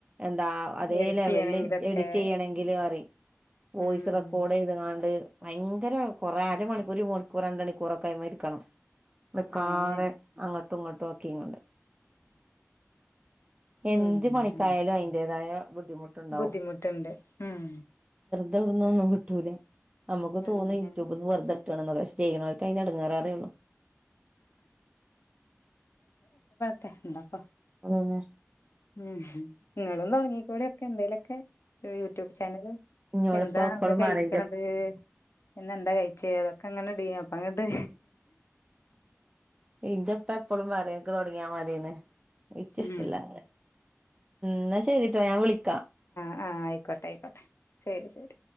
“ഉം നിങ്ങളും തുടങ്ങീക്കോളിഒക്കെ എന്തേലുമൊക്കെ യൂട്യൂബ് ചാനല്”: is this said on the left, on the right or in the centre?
Left